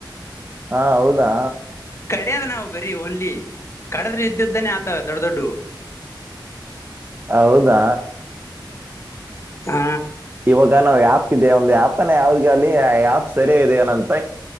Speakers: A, on the right; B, on the left.
A: ಹಾ ಹೌದಾ
B: ಕಡ್ಯದ ನಾವು ಬರೀ ಓನ್ಲಿ ಕಡದ್ರೆ ಇದಿದ್ಯುದ್ದಾನೇ ಆತ ದೊಡ್ಡ ದೊಡ್ಡು
A: ಹೌದಾ
B: ಹಾ
A: ಇವಾಗ ನಾವ ಆ್ಯಪ್ ಇದೆ ಒಂದ್ ಆ್ಯಪ್ನ ಯಾವ್ದ್ಗಲ್ಲಿ ಆ್ಯಪ್ ಸರಿಯ ಇದೆ ಏನಂತ